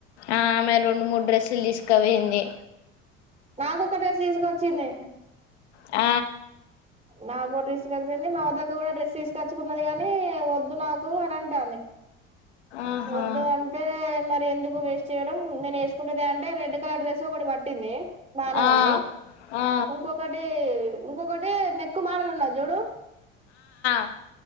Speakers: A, on the left (about 90°); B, on the right (about 20°).
A: ఆ మరి రొండు మూడు డ్రస్సులు తీసుకపోయింది.
B: నాకొక డ్రెస్ తీసుకొచ్చింది.
A: ఆ
B: నాకు డ్రెస్సుకొచ్చింది మా వద్దక్క కూడ డ్రెస్ తీసుకచ్చుకున్నది గాని వద్దు నాకు అని అంటాంది
A: ఆహా
B: వద్దు అంటే మరి ఎందుకు వేస్ట్ చేయడం నేను వేసుకుండేదె అంటె రెడ్ కలర్ డ్రెస్ ఒకటి పట్టింది బానె
A: ఆ
B: ఉంది
A: ఆ
B: ఉంకొకటి ఉంకొకటి నెక్కు మలన్నా జోడు
A: అ